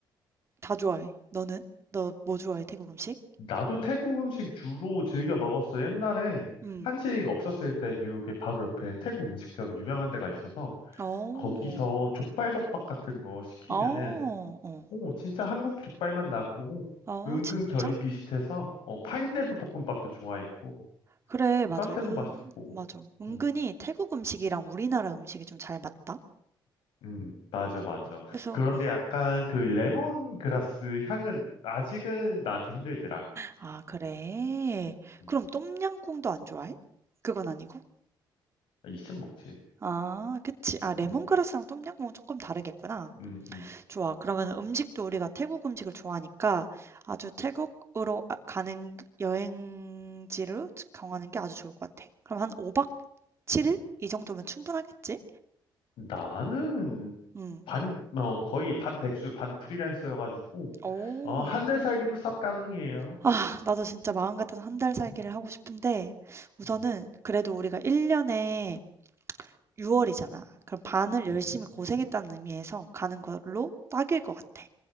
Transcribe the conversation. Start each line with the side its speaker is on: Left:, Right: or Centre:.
Right: 다 좋아해. 너는? 너 뭐 좋아해, 태국 음식?
Left: 나도 태국 음식 주로 즐겨 먹었어. 옛날에
Right: 음.
Left: 한식 없었을 때 뉴욕에 바로 옆에 태국 음식점 유명한 데가 있어서
Right: 어.
Left: 거기서 족발 덮밥 같은 거 시키면은
Right: 어, 어.
Left: 오, 진짜 한국 족발맛 나고
Right: 어,
Left: 은근
Right: 진짜?
Left: 결이 비슷해서 어, 파인애플 볶음밥도 좋아했고
Right: 그래 맞아.
Left: 사태도
Right: 응
Left: 맛있고
Right: 맞아. 은근히
Left: 뭐, 음
Right: 태국 음식이랑 우리나라 음식이 좀 잘 맞다.
Left: 음, 맞아 맞아
Right: 그래서
Left: 그런데
Right: 어.
Left: 약간 그 레몬그라스 향은 아직은 나한테 힘들더라
Right: 아 그래?
Left: 음,
Right: 그럼 똠양꿍도 안 좋아해? 그건 아니고?
Left: 있으면 먹지
Right: 아 그치. 아 레몬그라스랑
Left: 음,
Right: 똠양꿍은 조금 다르겠구나.
Left: 음, 음.
Right: 좋아. 그러면 음식도 우리가 태국 음식을 좋아하니까 아주 태국으로 아- 가는 여행지를 정하는 게 아주 좋을 것 같아. 그럼 한 5박 7일? 이 정도면 충분하겠지?
Left: 나는
Right: 음.
Left: 반 어, 거의 반 백수 반 프리랜서여가지고
Right: 어.
Left: 어, 한 달 살기도 쌉 가능해요
Right: 아 나도 진짜 마음 같아서 한 달 살기를 하고 싶은데 우선은
Left: 음,
Right: 그래도 우리가 1년에 6월이잖아. 그럼 반을 열심히
Left: 음.
Right: 고생했다는 의미에서 가는 걸로 딱일 것 같아.